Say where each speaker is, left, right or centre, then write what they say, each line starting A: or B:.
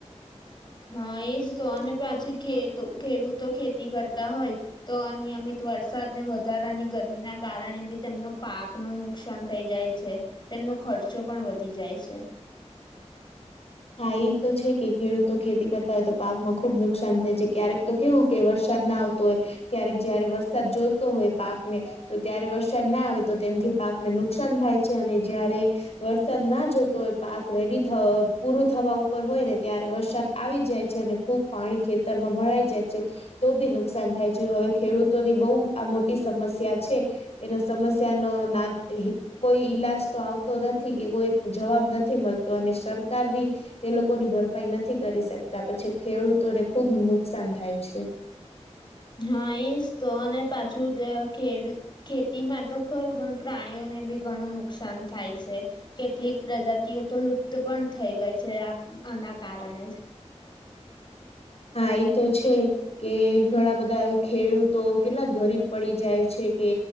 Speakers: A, on the left; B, on the left.
A: હા એજ તો અને
B: એ
A: પાછી ખેતો
B: સાચી છે.
A: ખેડૂતો ખેતી કર તા હોય તો અનિયમિત વરસાદ ને વધારાની ગરમી ના કારણે બી તેમનો પાક નું નુક સાન થઈ જાય છે તેમનો ખર્ચો પણ વધી જાય છે.
B: હા ઈ તો છે કે ખેડૂતો ખેતી કરતા હોય તો પાકમાં ખુબ નુકસાન થાય છે ક્યારેક તો કેવું કે વરસાદ ના આવતો હોય ક્યારેક જયારે વરસાદ જોતો હોય પાકને તો ત્યારે વરસાદ ના આવે તો તેનાથી પાકને નુકસાન થાય છે અને જયારે વરસાદ ના જોતો હોય પાક રેડી થ પૂરું થવા ઉપર હોય ને ત્યારે વરસાદ આવી જાય છે અને ખુબ પાણી ખેતરમાં ભરાઈ જાય છે. તો બી નુકસાન થાય છે હવે ખેડૂતોની બહુ આ મોટી સમસ્યા છે. એનો સમસ્યા ન નાદ હે કોઈ ઈલાજ તો આવતો નથી કે કોઈ જવાબ નથી મળતો અને સરકાર બી એ લોકો ની ભરપાઈ નથી કરી શકતા પછી ખેડૂતોને ખુબ નુકસાન થાય છે.
A: હા ઈજ તો અને પાછું જ ખેડ ખેતીમાં તો ખરું પણ પ્રાણીઓને બી ઘણું નુકસાન થાય છે. કેટલીક પ્રજાતિઓ તો લુપ્ત પણ થઈ ગઈ છે આ આના કારણે જ.
B: હા એ તો છે. કે ઘણા બધા ખેડૂતો કેટલા ગરીબ પડી જાય છે કે